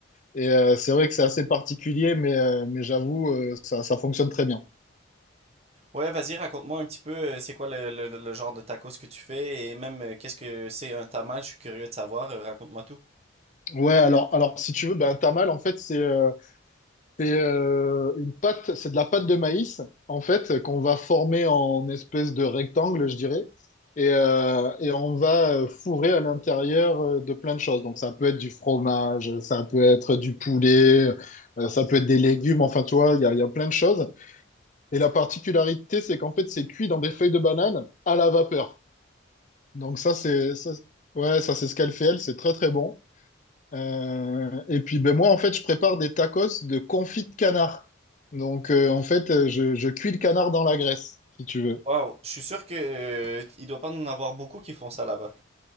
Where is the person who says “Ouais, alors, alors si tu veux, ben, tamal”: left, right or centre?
Left